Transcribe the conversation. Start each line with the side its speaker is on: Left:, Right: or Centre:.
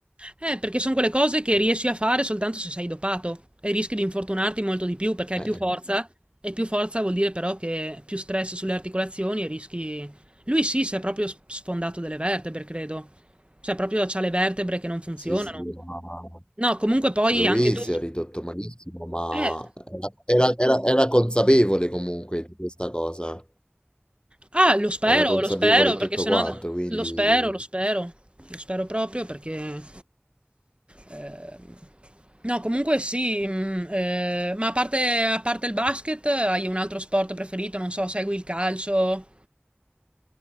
Right: Eh, perché sono quelle cose che riesci a fare soltanto se sei dopato e rischi di infortunarti molto di più perché hai
Left: Eh,
Right: più forza e più forza vuol dire però che più stress sulle articolazioni e rischi... Lui sì, si è proprio s- sfondato delle vertebre, credo. Cioè proprio c'ha le vertebre che non funzionano.
Left: sì, sì, ma
Right: No, comunque poi
Left: lui
Right: anche tu...
Left: si è ridotto malissimo, ma
Right: Eh,
Left: era, era- era consapevole comunque di questa cosa,
Right: Ah, lo spero,
Left: era consapevole
Right: lo spero,
Left: tutto
Right: perché sennò
Left: quanto,
Right: lo
Left: quindi...
Right: spero, lo spero, lo spero proprio perché... eh, no, comunque sì, mh, eh, ma a parte, a parte il basket, hai un altro sport preferito? Non so, segui il calcio?